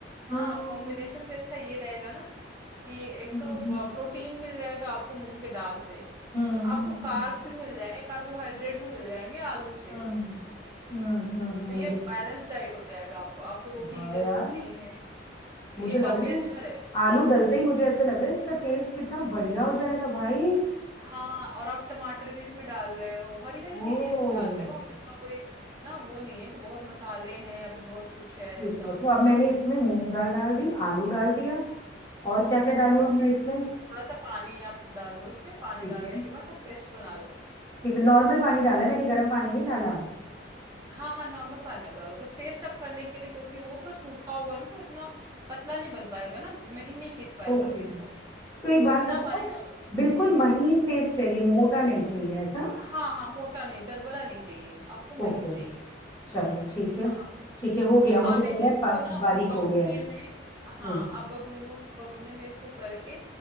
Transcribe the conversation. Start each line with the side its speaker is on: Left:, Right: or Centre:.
Right: हाँ
Left: हम्म
Right: कॉम्बिनेशन भी अच्छा ये रहेगा ना कि एक
Left: हम्म
Right: तो प्रोटीन मिल जाएगा आपको मूंग के दाल से
Left: हम्म
Right: तो
Left: हम्म
Right: आपको कार्ब्स भी मिल जाएंगे कार्बोहाइड्रेट भी मिल जाएंगे आलू से
Left: हम्म हम्म हम्म, हम्म,
Right: तो ये बैलेंस डाइट हो जाएगा आपको आपको रोटी
Left: वाह
Right: की जरूरत
Left: यार
Right: नहीं है तो
Left: मुझे
Right: ये
Left: लग
Right: काफी
Left: रहा है
Right: अच्छा रहेगा
Left: आलू डलते ही मुझे ऐसे लग रहा है इसका टेस्ट कितना बढ़िया हो जाएगा भाई
Right: हाँ और आप टमाटर भी इसमें डाल रहे हो हरी हरी
Left: ओ
Right: चीजें डाल रहे हो आप इसमें कोई ना वो नहीं है कि बहुत मसाले हैं या फिर बहुत कुछ है
Left: ठीक
Right: ऐसा
Left: है तो अब मैंने इसमें मूंग दाल डाल दी आलू डाल दिया और क्या क्या डालूं
Right: ए, बस
Left: अब मैं इसमें
Right: थोड़ा सा पानी आप डाल लो उसमें पानी
Left: ठीक
Right: डालने
Left: है
Right: के बाद आप पेस्ट बना लो
Left: ठीक है नॉर्मल पानी डाला है मैंने गर्म पानी नहीं डाला
Right: हाँ हाँ नॉर्मल पानी आप डालो बस पेस्ट आप करने के लिए क्योंकि वो का सूखा होगा ना तो इतना पतला नहीं बन पाएगा ना महीन नहीं पीस पाएगा
Left: ओके
Right: फिर
Left: तो
Right: वो
Left: एक
Right: तो
Left: बात
Right: इतना
Left: बताओ
Right: पानी डालो कि
Left: बिल्कुल
Right: महीन पीस
Left: महीन
Right: जाए
Left: पेस्ट चाहिए मोटा नहीं चाहिए ऐसा
Right: हाँ हाँ मोटा नहीं दरबरा नहीं चाहिए आपको महीन
Left: ओके
Right: चाहिए
Left: चलो ठीक है
Right: हाँ
Left: ठीक है हो गया मुझे
Right: आप
Left: लग
Right: एक
Left: रहा
Right: इसको
Left: है पा-
Right: ना
Left: बारीक
Right: बगुने
Left: हो गया है
Right: में
Left: हम्म
Right: हाँ आप बगुनों बगुने में इसको करके